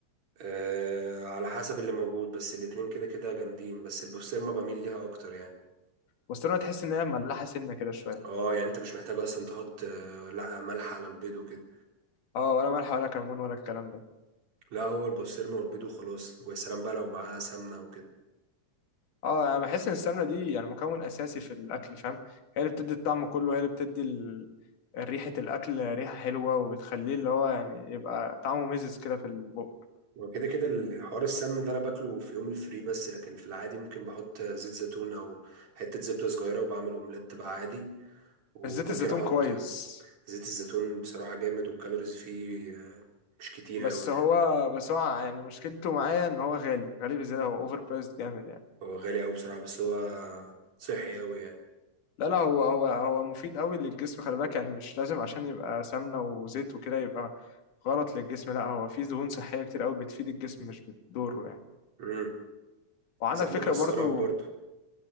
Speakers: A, on the right; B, on the left.
A: أه... على حسب اللي موجود بس الاتنين كده كده جامدين بس البسطرمه بميل ليها اكتر يعني
B: البسطرمه تحس ان هي مملحه سنه كده شويه
A: اه يعني انت مش محتاج اصلا تحط آه، لا ملح على البيض وكده
B: اه ولا ملح ولا كمون ولا الكلام ده
A: لا هو البسطرمه والبيض وخلاص ويا سلام بقى لو معاها سمنه او كده
B: اه انا بحس ان السمنه دي يعني مكون اساسي في الاكل فاهم هي اللي بتدي الطعم كله هي اللي بتدي ال... ريحه الاكل ريحه حلوه وبتخليه اللي هو يعني يبقى طعمه مزز كده في البق
A: وكده كده الحوار السمن ده انا باكله في يوم الفري بس لكن في العادي ممكن بحط زيت زيتون او حتة زبدة صغيرة وبعمل اومليت بقى عادي وممكن
B: زيت الزيتون
A: احط
B: كويس
A: زيت الزيتون بصراحة جامد والكالوريز فيه مش كتير
B: بس
A: قوي
B: هو
A: يعني
B: بس هو يعني مشكلته معايا ان هو غالي غالي بزياده هو اوفر برايسد جامد يعني
A: هو غالي قوي بصراحة بس هو صحي قوي يعني
B: لا لا هو هو هو مفيد قوي للجسم خلي بالك يعني مش لازم عشان يبقى سمنه وزيت وكده يبقى غلط للجسم لا هو فيه دهون صحيه كتير قوي بتفيد الجسم مش بتضره يعني
A: امم
B: وعندك
A: زي
B: فكره
A: المكسرات
B: برضو
A: برضو